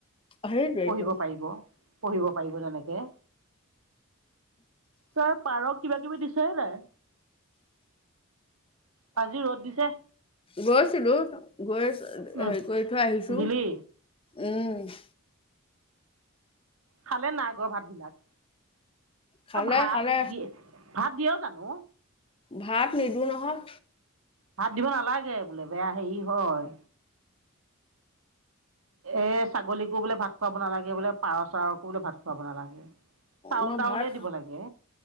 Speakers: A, on the left; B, on the right.
A: সেইটোৱেইটো
B: পঢ়িব পাৰিব, পঢ়িব পাৰিব তেনেকে। তাৰ পাৰক কিবা কিবি দিছেনে নাই। আজি ৰ'দ দিছে।
A: গৈছিলো, গৈ হেৰি
B: উম
A: কৰি থৈ আহিছো।
B: দিলি
A: উম।
B: খালে নাআগৰ ভাত বিলাক,
A: খালে
B: অ ভাত
A: খালে
B: দি <inaudible> ভাত দিয় জানো।
A: ভাত নিদো নহয়।
B: ভাত দিব নালাগে বোলে বেয়া হেৰি হয়। এ ছাগলীকো বোলে ভাত খুৱাব নালাগে বোলে, পাৰ চাৰকো বোলে ভাত খুৱাব নালাগে। চাউল
A: মই
B: তাউলে
A: ভাত
B: দিব লাগে